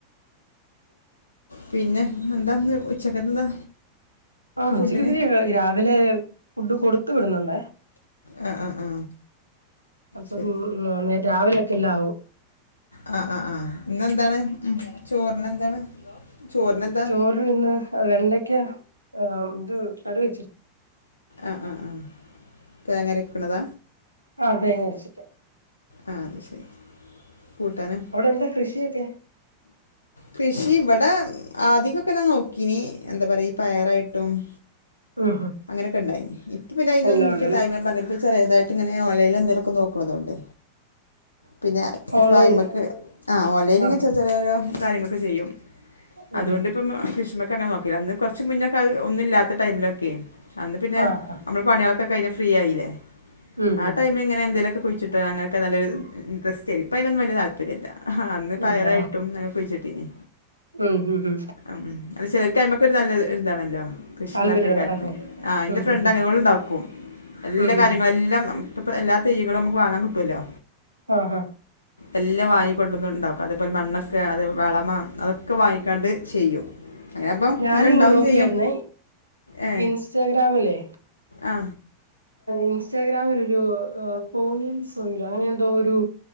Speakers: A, on the left; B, on the right.
A: പിന്നെ എന്താ ഇന്ന് ഉച്ചക്ക് എന്താ
B: ആ ഉച്ചിക്കലുതേന്
A: ഫുഡിന്
B: രാവിലെ ഫുഡ് കൊടടുത്ത് വിടുന്നുണ്ടേ.
A: ആ ആ ആ
B: അപ്പംമ്മ്
A: ശരി
B: മ്മ് രാവിലെക്കെല്ലാആവും.
A: ആ ആഹ ആഹ് ഇന്നെന്താണ് ചോറിനെന്താണ്. ചോറിനെന്താ
B: ചോറിന് ഇന്ന് വെണ്ടക്ക ആ ഇത് കറിവെച്ച്
A: ആഹാ ആഹാ അഹാ തേങ്ങരക്കണത
B: ആ തേങ്ങയരച്ചിട്ട്
A: അ അത് ശരി കൂട്ടാന്
B: അവിടെന്താ കൃഷിയൊക്കെ
A: കൃഷിയിവിടെ ആദിക്കൊക്കെ ഞാൻ നോക്കീഞ്ഞി എന്താ പറയാ ഈ പയറായിട്ടും-
B: ഉം ഉം
A: അങ്ങനൊക്കെ ഇണ്ടായിനി ഇപ്പൊ പിന്നെ അയ്നൊന്നും
B: എല്ലാം
A: എൻക്ക്
B: ഉണ്ടല്ലേ
A: ടൈമില്ല ഞാൻ പറഞ്ഞ്ലെ ചെറതായിട്ട് ഇങ്ങനെ ഓൺലൈൽ എന്തേലുഒക്കെ നോക്ക്ണതോണ്ട്. പിന്നെ ഇപ്പോ
B: ഓൺലൈൻ
A: അയ്മക്ക് ആ ഓൺലൈൻലിങ്ങനെ
B: ആഹ്
A: ചെറി ചെറിയ ഓരോ കാര്യ ക്കെ ചെയ്യും
B: ഉം
A: അതൊണ്ട്
B: ഉം
A: ഇപ്പം സ്പെഷ്യ- ക്കെങ്ങനെ നോക്കീലേ അന്ന് കൊറച്ച് മുന്നെക്കെ ഒന്നില്ലാത്ത ടൈമിലൊക്കെയ് അന്ന് പിന്നെ
B: ആഹ്
A: നമ്മള് പണ്യായ കൊക്കെ കൈഞ്ഞ് ഫ്രീയായിലെ
B: ഉം
A: ആ
B: ഉം
A: ടൈമിലിങ്ങനെ എന്തേലൊക്കെ കുയ്ച്ചിട്ട് അങ്ങ ഒക്കെ നല്ലരു, ഇൻട്രസ്റ്റ് ഇപ്പം ആയിലൊന്നും വല്യ താല്പര്യല്ല. ആഹ് അന്ന് പയറായിട്ടും,
B: ഇല്ല
A: കുഴിച്ചിട്ടീഞ്ഞി
B: ഉം ഉം ഉം
A: ആ ഉം ചെലർക്ക് അയ്മകോര് നല്ല ഒരു ഇതാണല്ലോ കൃഷിണ്ടാക്കണ,
B: താല്പര്യമാണ്
A: കാര്യത്തില്,
B: ആഹ്
A: ആഹ്, ഇന്റെ,
B: ഉം ഉം
A: ഫ്രണ്ട്,
B: ഉം
A: അങ്ങനെ, ഓൾ ണ്ടാക്കും, എല്ലാ
B: ഉം ഉം
A: കാര്യങ്ങള്,
B: ഉം
A: എല്ലാം ഇപ്പൊ എല്ലാ തൈകളും നമ്മക്ക് വാങ്ങാൻ കിട്ടുവല്ലോ.
B: ആഹാ
A: എല്ലാം വാങ്ങിക്കൊണ്ടന്ന് ണ്ടാക്കും അതേപോലെ മണ്ണൊക്കെ അതേ വളമ അതൊക്കെ വാങ്ങിക്കാണ്ട് ചെയ്യും. അങ്ങനെ അപ്പം
B: ഞാന്
A: നല്ല
B: ഇങ്ങ്
A: ഉണ്ടാവും
B: നോക്കിയാര്ന്നെ
A: ചെയ്യും ഏ
B: ഇൻസ്റ്റഗ്രാമിലെ
A: ആ
B: ഇൻസ്റ്റാഗ്രാമിലൊരൊരു അ പോയിം സോയിലോ അങ്ങനെ എന്തോ ഒരു